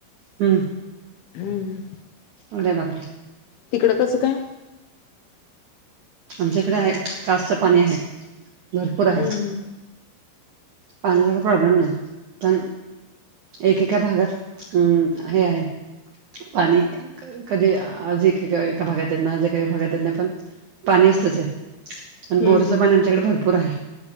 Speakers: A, on the right; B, on the left.
A: हम्
B: हम
A: अरे बापरे!
B: तिकडं कसं काय?
A: आमच्याकडे आहेजास्त पाणी आहे भरपूर
B: हम्म
A: आहे.
B: हम्म
A: पाण्याचा प्रॉब्लेम नाही. एकेका भागात अम हे आहे. पाणी कधी आजी एका भागातना जे काही भागातना पण पाणी असतच आणि
B: हम्म
A: बोरचं
B: हम्म
A: पाणी आमच्याकडे भरपूर आहे.